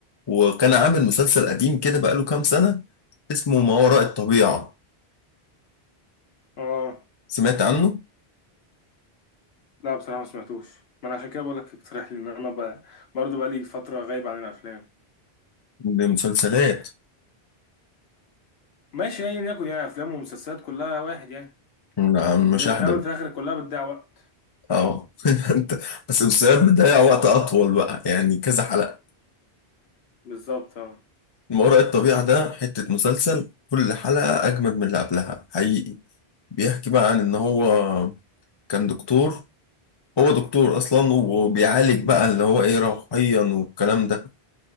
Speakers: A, on the left (about 35°); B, on the left (about 70°).
A: وكان عامل مسلسل قديم كده بقاله كام سنه اسمه ما وراء الطبيعه
B: اه
A: سمعت عنه
B: لا بصراحة ما سمعتوش ما انا عشان كده بقول لك اقترح لي ان انا بقى برضه بقى لي فترة غايب عن الافلام
A: دي مسلسلات
B: ماشي ايا يكن يعني افلام ومسلسلات كلها واحد يعني
A: لا، مشاهدة
B: في في الاول
A: بقى
B: وفي الاخر كلها بتضيع وقت ايوه
A: اه <laughs> انت بس المسلسلات بتضيع وقت اطول بقى يعني كذا حلقة
B: بالظبط اه
A: ما وراء الطبيعة ده حتة مسلسل كل حلقة اجمد من اللي قبلها حقيقي بيحكي بقى عن ان هو كان دكتور هو دكتور اصلا وبيعالج بقى اللي هو ايه روحيا والكلام ده